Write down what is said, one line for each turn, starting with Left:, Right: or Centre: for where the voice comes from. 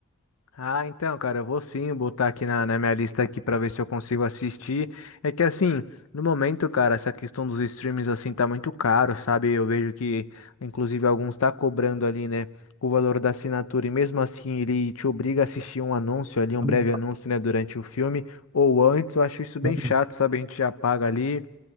Left: Ah, então, cara, eu vou sim botar aqui na, na minha lista aqui para ver se eu consigo assistir. É que assim, no momento, cara, essa questão dos streams assim tá muito caro, sabe? Eu vejo que, inclusive, alguns tá cobrando ali, né, o valor da assinatura e mesmo assim ele te obriga a assistir um anúncio ali, um
Right: Hum.
Left: breve anúncio, né, durante o filme ou antes. Eu acho isso bem
Right: tá bom.
Left: chato, sabe? A gente já paga ali.